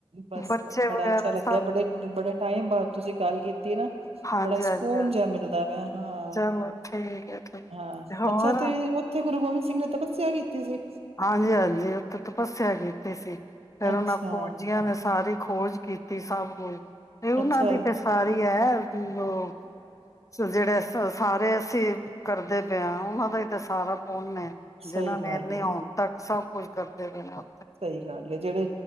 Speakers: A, on the right; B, on the left.
A: ਬਸ
B: ਬੱਚੇ
A: ਬੜਾ
B: ਵਗੈਰਾ
A: ਅੱਛਾ ਲੱਗਿਆ
B: ਸਭ
A: ਬੜੇ ਬੜੇ ਟਾਈਮ ਬਾਅਦ ਤੁਸੀਂ ਗੱਲ ਕੀਤੀ ਨਾ
B: ਹਾਂਜੀ
A: ਬੜਾ
B: ਹਾਂਜੀ
A: ਸਕੂਨ
B: ਹਾਂਜੀ
A: ਜਿਹਾ ਮਿਲਦਾ ਵਾ ਹਾਂ
B: ਚਲੋ ਠੀਕ ਹੈ ਠੀਕ
A: ਹਾਂ
B: ਹੋਰ
A: ਅੱਛਾ ਤੇ ਉੱਥੇ ਗੁਰੂ ਗੋਬਿੰਦ ਸਿੰਘ ਨੇ ਤਪੱਸਿਆ ਕੀਤੀ ਸੀ
B: ਹਾਂਜੀ ਹਾਂਜੀ ਉੱਥੇ ਤਪੱਸਿਆ ਕੀਤੀ ਸੀ ਫੇਿਰ
A: ਅੱਛਾ
B: ਉਹਨਾਂ ਫੌਜੀਆਂ ਨੇ ਸਾਰੀ ਖੋਜ ਕੀਤੀ ਸਭ ਹਾਂ ਉਹਨਾਂ
A: ਅੱਛਾ
B: ਦੀ ਤੇ ਸਾਰੀ ਹੈ ਉਹ ਜਿਹੜੇ ਸਾਰੇ ਅਸੀਂ ਕਰਦੇ ਪਏ ਹਾਂ ਉਹਨਾਂ ਦਾ ਹੀ ਤਾਂ ਸਾਰਾ ਨੇ
A: ਸਹੀ
B: ਜਿਹਨਾ ਨੇ
A: ਗੱਲ
B: ਇਨੇ
A: ਹੈ
B: ਆਉਣ ਤੱਕ ਸਭ ਕੁਝ ਕਰਦੇ ਪਣਾ
A: ਸਹੀ ਗੱਲ ਹੈ ਜਿਹੜੇ